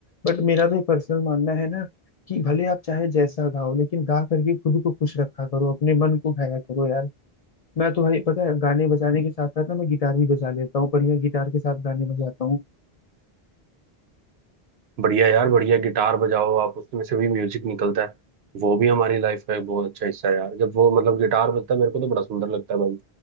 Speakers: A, on the left (about 50°); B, on the right (about 80°).
A: बट मेरा तो ये पर्सनल मानना है ना कि भले आप चाहे जैसा गाओ लेकिन गा करके खुद को खुश रखा करो अपने मन को गाया करो यार मैं तो भाई पता है गाने बजाने के साथ साथ ना मैं गिटार भी बजा लेता हूँ बढ़िया गिटार के साथ गाने बजाता हूँ
B: बढ़िया यार बढ़िया गिटार बजाओ आप उसमें से भी म्यूजिक निकलता है वो भी हमारी लाइफ का एक बहुत अच्छा हिस्सा है यार जब वो मतलब गिटार बजता है मेरे को तो बड़ा सुंदर लगता है भाई